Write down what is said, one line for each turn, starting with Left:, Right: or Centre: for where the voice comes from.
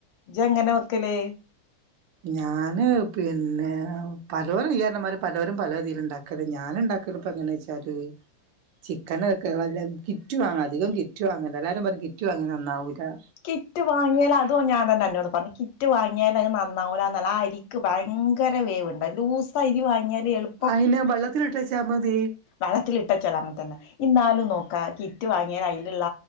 Left: ഇജങ്ങനെ വെക്കല്
Right: ഞാന് പിന്നെ പലോരും ഇജറിഞ്ഞ മാതിരി പലോരും പല ഇതില് ഇണ്ടാക്ക ക്കല് ഞാന് ഇണ്ടാക്കല് ഇപ്പങ്ങെച്ചാല് ചിക്കനാക്കല് അല്ല കിറ്റുവാങ്ങ അധികം കിറ്റ് വാങ്ങലാ എല്ലാരും പറിം കിറ്റ് വാങ്ങിയ നന്നാവൂല്ലാ
Left: കിറ്റ് വാങ്ങിയല് അ അതു ഞാനഞ്ഞെ അന്നോട് പറഞ്ഞെ കിറ്റ് വാങ്ങിയാല് അത് നന്നാവൂല്ല എന്നല്ല ആ അരിക്ക് ഭയങ്കര വേവ്ണ്ട് ലൂസ് ഇപ്പ അരി വങ്ങിയാല് എളു
Right: ആയില ബള്ളത്തിലിട്ടെച്ചാ മതി.
Left: വെള്ളത്തിലിട്ടച്ചാലും അങ്ങനെ തന്നെ ഇന്നാലും നോക്കാ കിറ്റ് വാങ്ങിയാല് അയില്ള്ള